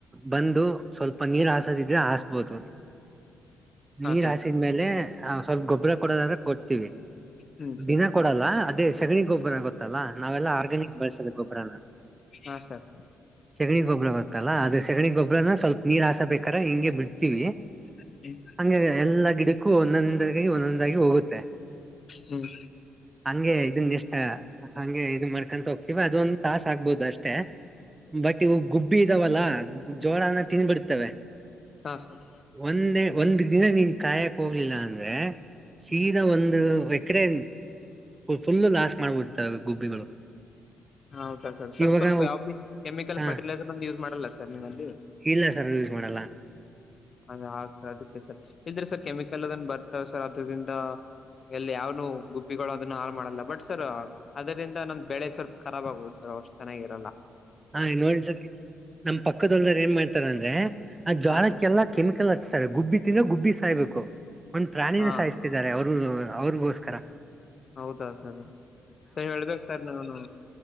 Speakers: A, on the right (about 25°); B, on the left (about 45°).
A: ಬಂದು ಸ್ವಲ್ಪ ನೀರ್ ಹಾಸದಿದ್ರೆ ಹಸ್ಬೋದು
B: ಹಾ
A: ನೀರ್
B: ಸರ್
A: ಹಾಸಿದ್ಮೇಲೆ ಸ್ವಲ್ಪ ಗೊಬ್ಬರ ಕೊಡೋದಾದ್ರೆ ಕೊಡ್ತೀವಿ
B: ಹ್ಮ್ ಸರ್
A: ದಿನ ಕೊಡಲ್ಲ ಅದೇ ಸಗಣಿ ಗೊಬ್ಬರ ಗೊತ್ತಾ ಲ್ಲ ನಾವೆಲ್ಲಾ ಆರ್ಗ್ಯಾನಿಕ್ ಬಳ್ಸೋದ ಗೊಬ್ಬರನ
B: ಹಾ ಸರ್
A: ಸಗಣಿ ಗೊಬ್ಬರ ಗೊತ್ತಲ್ಲ ಅದೆ ಸಗಣಿ ಗೊಬ್ಬ್ರನ ಸ್ವಲ್ಪ ನೀರ್ ಹಸ ಬೇಕಾರೆ ಹಿಂಗೆ ಬಿಡ್ತೀವಿ
B: <inaudible>
A: ಹಂಗೆ ಎಲ್ಲಾ ಗಿಡಕ್ಕೂ ಒಂದೊಂದಾಗಿ ಒಂದೊಂದಾಗಿ ಹೋಗುತ್ತೆ.
B: ಹ್ಮ್
A: ಹಂಗೆ ಇದನ್ ಇಷ್ಟ ಹಂಗೆ ಇದು ಮಾಡ್ಕೊಂತ ಹೋಗ ಇವ ಅದೊಂದ ತಾಸ ಆಗ್ಬೋದು ಅಷ್ಟೇ ಬಟ್ ಗುಬ್ಬಿ ಇದಾವಲ್ಲಾ ಜೋಳನ ತಿನ್ಬಿಡ್ತವೆ.
B: ಹಾಂ ಸರ್.
A: ಒಂದೇ ಒಂದ್ ದಿನ ನೀನ್ ಕಾಯಕ್ ಹೋಗ್ಲಿಲ್ಲ ಅಂದ್ರೆ ಸೀದಾ ಒಂದು ಎಕರೆ ಫುಲ್ಲು ಲಾಸ್ ಮಾಡ್ಬಿಡ್ತವೆ ಗುಬ್ಬಿಗಳು.
B: ಹ ಹೌದಾ ಸರ್ ಸರ್
A: ಇವಾಗ
B: ಸ್ವಲ್ಪ ಯಾವಬಿ ಕೆಮಿಕಲ್
A: ಹಾ
B: ಫರ್ಟಿಲೈಸರ್ ಅನ್ನ ಯೂಸ್ ಮಾಡಲ್ಲ ಸರ್ ನೀವಲ್ಲಿ.
A: ಇಲ್ಲ ಸರ್ ಯೂಸ್ ಮಾಡಲ್ಲ.
B: ಅದ ಹಾ ಸರ್ ಅದಕ್ಕೆ ಸರ್ ಇಲ್ದಿರೆ ಸರ್ ಕೆಮಿಕಲ್ ಅದನ್ ಬರ್ತಾವ ಸರ್ ಅದರಿಂದ ಎಲ್ಲಿ ಯಾವನು ಗುಬ್ಬಿಗಳು ಅದನ್ನ ಹಾಳ ಮಾಡಲ್ಲ ಬಟ್ ಸರ್ ಅದರಿಂದ ನಂದ್ ಬೆಳೆ ಸ್ವಲ್ಪ ಖರಾಬ್ ಆಗವು ಸರ್ ಅಷ್ಟು ಚೆನ್ನಾಗಿ ಇರಲ್ಲ.
A: ಹಾ ನೋಡ್ಸ ನಮ್ ಪಕ್ಕದ ಹೊಲದವ್ರು ಏನ್ ಮಾಡ್ತಾರ ಅಂದ್ರೆ ಆ ಜೋಳ
B: ಹಾ ಸರ್
A: ಕೆಲ್ಲ ಕೆಮಿಕಲ್ ಹಚ್ತಾರೆ ಗುಬ್ಬಿ ತಿಂದ್ರೆ ಗುಬ್ಬಿ ಸಾಯ್ಬೇಕು ಒಂದ್ ಪ್ರಾಣಿನ
B: ಹಾ
A: ಸೈಸ್ತಿರ್ತಾರೆ ಅವರುನೂ ಅವ್ರಗೋಸ್ಕರ.
B: ಹೌದಾ ಸರ ಸರ ಹೇಳಳ್ಬೇಕ ಸರ್ ನೀವುನು.